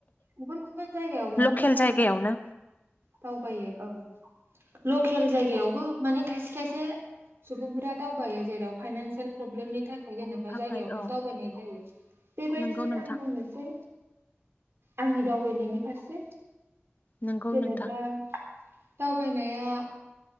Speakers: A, on the right (about 65°); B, on the left (about 40°).
A: गुबुन गुबुन जायगायाव माने
B: लकेल
A: बायदि
B: जायगायावनो
A: दावबायो औ। लकेल जायगायावबो माने खायसे खायसे सुबुंफोरा दावबायो जेराव फाइनान्सियेल प्रब्लेमनि थाखाय जेनेबा
B: थाखाय
A: जायगायावनो
B: औ
A: दावबायनाय जायो बेबायदिनो
B: नोंगौ नोंथां
A: आं बुंङो जे आंनि दावबायनायनि फारसे
B: नोंगौ
A: जेनेब्ला
B: नोंथां
A: दावबायनाया